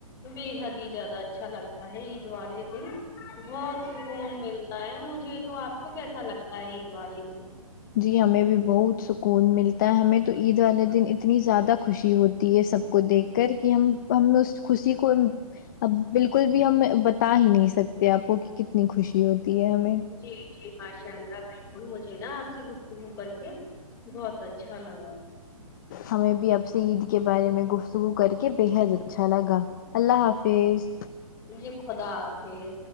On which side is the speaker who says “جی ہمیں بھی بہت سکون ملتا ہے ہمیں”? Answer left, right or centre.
Left